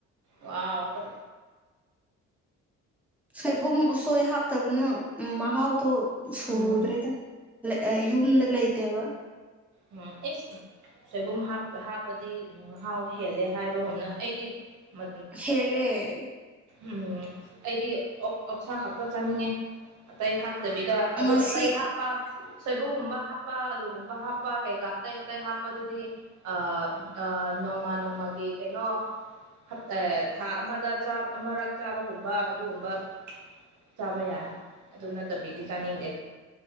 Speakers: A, on the right; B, in the centre.
A: ꯋꯥꯎ ꯀ
B: ꯁꯣꯏꯕꯨꯝ ꯎꯁꯣꯏ ꯍꯥꯞꯇꯕꯅ ꯃꯍꯥꯎꯗꯣ ꯁꯨꯗ꯭ꯔꯦꯗ
A: ꯎꯝ
B: ꯂꯛ ꯑ ꯌꯨꯝꯗ ꯂꯩꯇꯦꯕ
A: ꯎꯝ ꯏꯁ ꯁꯣꯏꯕꯨꯝ ꯍꯥꯞ ꯍꯥꯞꯄꯗꯤ ꯃꯍꯥꯎ ꯍꯦꯜꯂꯦ ꯍꯥꯏꯕꯒꯨꯝꯅ ꯑꯩꯗꯤ ꯎꯝ
B: ꯍꯦꯜꯂꯦ
A: ꯎꯝ ꯑꯩꯗꯤ ꯑꯣꯛ ꯑꯣꯛꯁꯥ ꯈꯛꯇ ꯆꯥꯅꯤꯡꯉꯦ ꯑꯇꯩ ꯍꯥꯞꯇꯕꯤꯗ ꯑꯗꯨ
B: ꯉꯁꯤ
A: ꯑꯇꯩ ꯍꯥꯞꯄ ꯁꯣꯏꯕꯨꯝꯒꯨꯝꯕ ꯍꯥꯞꯄ ꯑꯂꯨꯒꯨꯝꯕ ꯍꯥꯞꯄ ꯀꯩꯀꯥ ꯑꯇꯩ ꯑꯇꯩ ꯍꯥꯞꯄ ꯑꯗꯨꯗꯤ ꯑꯥ ꯑꯥ ꯅꯣꯡꯃ ꯅꯣꯡꯃꯒꯤ ꯀꯩꯅꯣ ꯍꯞ ꯑꯦ ꯊꯥ ꯑꯃꯗ ꯆꯥꯕ ꯑꯃꯔꯛ ꯆꯥꯕꯒꯨꯝꯕ ꯑꯗꯨꯒꯨꯝꯕ ꯆꯥꯕ ꯌꯥꯏ ꯑꯗꯨ ꯅꯠꯇꯕꯤꯗꯤ ꯆꯥꯅꯤꯡꯗꯦ